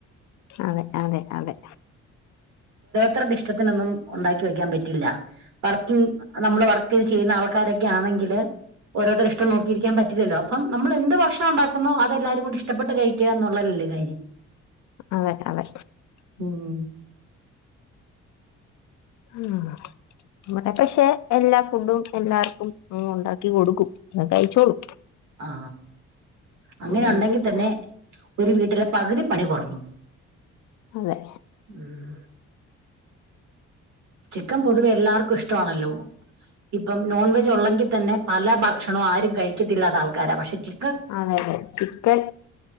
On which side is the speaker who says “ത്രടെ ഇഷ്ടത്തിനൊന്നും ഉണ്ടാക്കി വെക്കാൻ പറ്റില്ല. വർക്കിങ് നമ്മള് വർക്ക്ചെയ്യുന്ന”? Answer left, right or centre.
Right